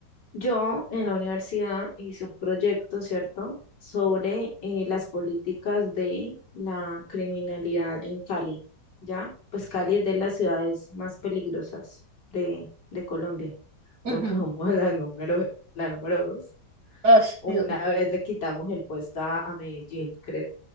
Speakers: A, on the left; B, on the right.
A: Yo en la universidad hice un proyecto, ¿cierto?, sobre eh, las políticas de la criminalidad en Cali, ¿ya? Pues Cali es de las ciudades más peligrosas de, de Colombia.
B: Ujú.
A: Creo que somos la número, la número dos.
B: Ay,
A: O
B: Dios,
A: una vez le quitamos el puesto a, a Medellín, creo.